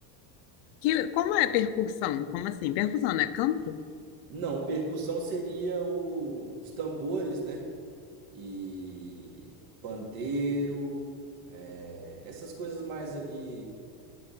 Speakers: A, on the left (about 60°); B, on the right (about 45°).
A: Que, como é percussão? Como assim? Percussão, né? Canto?
B: Não, percussão seria o- os tambores, né? E pandeiro, é, essas coisas mais ali,